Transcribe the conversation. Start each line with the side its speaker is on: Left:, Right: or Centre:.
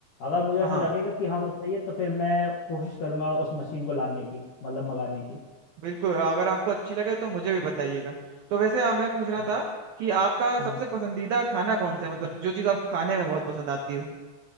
Left: अगर मुझे
Right: हाँ
Left: ऐसा लगेगा कि हाँ वो सही है तो फिर मैं कोशिश करूंगा उस मशीन को लाने की मतलब मंगाने की
Right: बिल्कुल अगर आपको अच्छी लगे तो मुझे भी बताइएगा तो वैसे आ, मैं पूछ रहा
Left: हाँ
Right: था कि आपका सबसे
Left: हम्म
Right: पसंदीदा खाना कौन सा है मतलब जो चीज़ आपको खाने में बहुत पसंद आती हो